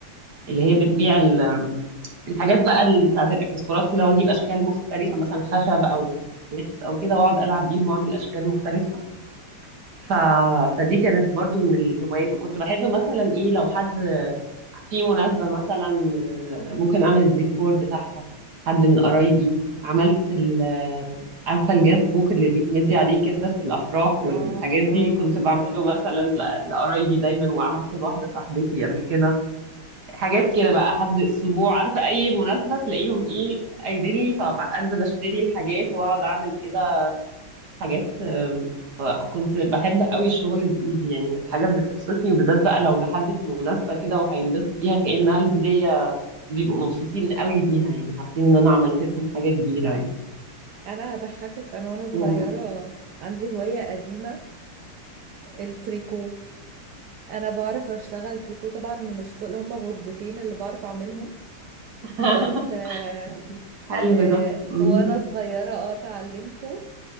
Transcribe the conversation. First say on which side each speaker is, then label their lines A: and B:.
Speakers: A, on the right; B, on the right.
A: اللي هي بتبيع ال- الحاجات بقى ال- بتاعت الإكسسوارات كلها وأجيب أشكال مختلفة مثلا خشب أو نحاس أو كده وأقعد ألعب بيهم وأعمل أشكال مختلفة ف... فدي كانت برضو من الهوايات وكنت بحب مثلا ايه لو حد في مناسبة مثلا آه، ممكن اعمل الديكور بتاعها حد من قرايبي عملت ال آه، عارفة الجات بوك اللي بيتمدي عليه كده في الافراح
B: اه
A: والحاجات دي
B: اه
A: كنت بعمله
B: اه
A: مثلا ل- لقرايبي دايما وعملته لواحدة صاحبتي قبل كده حاجات كده بقى حد اسبوع عارفة اي مناسبة تلاقيهم ايه قايلين لي فبقى انزل اشتري الحاجات واقعد اعمل كده حاجات آم، فكنت بحب قوي الشغل بإيدي يعني كانت حاجة بتبسطني وبالذات بقى لو لحد في مناسبة كده وهينبسط بيها كأنها الهدية بيبقوا مبسوطين قوي بيها يعني حاسين إن أنا عملت لهم حاجة كبيرة يعني
B: انا هضحكك انا وانا صغيرة
A: و...
B: عندي هواية قديمة التريكو انا بعرف اشتغل تريكو طبعا مش كل هم غرزتين اللي بعرف اعملهم
A: <laughs>
B: بس آه
A: بس حلو
B: آه
A: ده مم.
B: وانا صغيرة اه اتعلمته